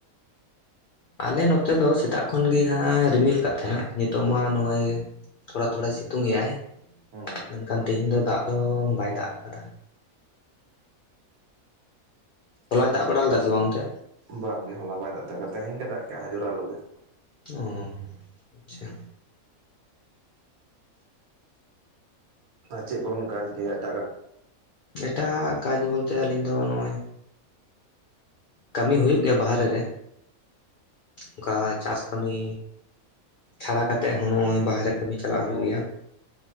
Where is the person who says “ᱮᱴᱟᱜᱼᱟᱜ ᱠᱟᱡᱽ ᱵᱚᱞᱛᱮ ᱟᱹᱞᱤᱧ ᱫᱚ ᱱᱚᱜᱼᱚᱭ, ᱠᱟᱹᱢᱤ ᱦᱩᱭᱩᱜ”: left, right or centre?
Left